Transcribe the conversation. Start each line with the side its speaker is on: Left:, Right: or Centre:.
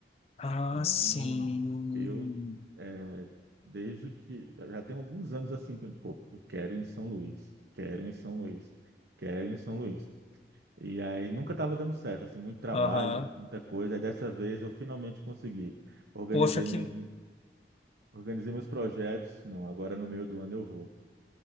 Left: Ah,
Right: Então,
Left: sim.
Right: eu, é, desde que, já tem alguns anos assim, que, pô, eu quero ir em São Luís, quero ir em São Luís, quero ir em São Luís. E aí nunca estava dando certo, assim, muito trabalho,
Left: Aham.
Right: muita coisa. Aí dessa vez eu finalmente consegui. Organizei,
Left: Poxa,
Right: me,
Left: que
Right: organizei meus projetos. Não, agora no meio do ano eu vou.